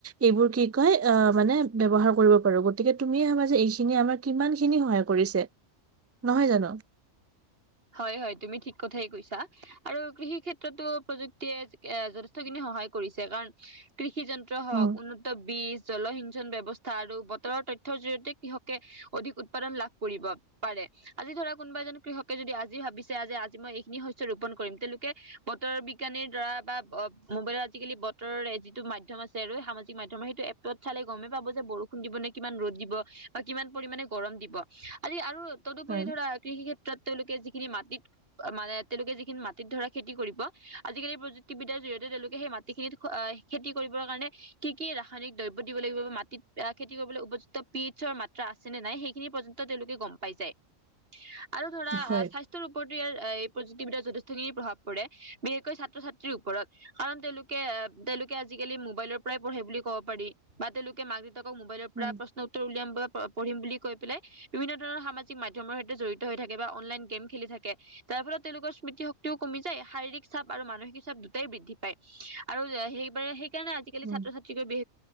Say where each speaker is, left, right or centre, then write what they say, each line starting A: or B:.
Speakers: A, on the right; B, on the right.
A: এইবোৰ কি কয় আ মানে ব্যৱহাৰ কৰিব পাৰো। আৰু গতিকে তুমিয়ে সমাজে এইখিনি আমাৰ কিমান খিনি সহায় কৰিছে। নহয় জানো
B: হয় হয় তুমি ঠিক কথাই কৈ ছা আৰু কৃষি ক্ষেত্ৰতো প্ৰযুক্তিয়ে এ যথেষ্টখিনি সহায় কৰিছে কাৰণ কৃ ষি যন্ত্ৰ হওক
A: উম
B: উন্নত বিজ জলসিঞ্চন ব্যৱস্থা আৰু বতৰৰ তথ্যৰ জৰিয়তে কৃষকে অধিক উৎপাদন লাভ কৰিব পাৰে। আজি ধৰক কোনোবা এজন কৃষকে যদি আজি ভাবিছে যে আজি মই এইখিনি শস্য ৰোপন কৰিম তেওঁলোকে বতৰ বিজ্ঞানীৰ দ্বাৰা বা অ মোবাইলত আজিকালি বতৰৰ যিটো মাধ্যম আছে আৰু সামাজিক মাধ্যমৰ সেইটো এপত চালে গমেই পাব যে বৰষুণ দিব নে কিমান ৰ'দ দিব বা কিমান পৰিমানে গৰম দিব আমি আৰু তদুপৰি
A: হয়
B: ধৰা কৃষি ক্ষেত্ৰত তেওঁলোকে যি খিনি মাটিত মানে তেওঁলোকে যি খিনি মাটিত ধৰা খেতি কৰিব আজিকালি প্ৰযুক্তি বি দ্যাৰ জৰিয়তে তেওঁলোকে সেই মাটিখিনিত খেতি কৰিবৰ কাৰণে কি- কি ৰাসায়নিক দ্ৰব্য দিব লাগিব বা মাটিত আহ খেতি কৰিবলৈ উপযুক্ত পিয়েডচৰ মাত্ৰা আছে নে নাই সেইখিনি পৰ্যন্ত তেওঁলোকে গম পাই যায় আৰু ধৰা
A: হয়
B: স্বাস্থ্যৰ ওপৰত প্ৰযুক্তি বিদ্যাৰ যথেষ্টখিনি প্ৰভাৱ পৰে বিশেষকৈ ছাত্ৰ- ছাত্ৰীৰ ওপৰত কাৰণ তেওঁলোকে তেওঁলোকে আজিকালি মোবাইলৰ পৰাই পঢ়ে বুলি ক'ব পাৰি বা তেওঁলোকে মাক দেউ ক মোবাইলৰ পৰা
A: উম
B: প্ৰশ্ন উত্তৰ উলিয়াম বা পঢ়িম বুলি কৈ পেলাই বিভিন্ন ধৰণৰ সামাজিক মাধ্যমৰ জড়িত হৈ থাকে বা অনলাইন গেম খেলি থাকে। যাৰ ফলত তেওঁলোকৰ স্মৃতি, -শক্তিও কমি যায়, শাৰীৰিক চাপ আৰু মানসিক পিছত দুটাই বৃদ্ধি পায় আৰু সেইবাৰে সেইকাৰণে আজিকালি
A: উম
B: ছাত্ৰ - চাত্ৰিকৈ বি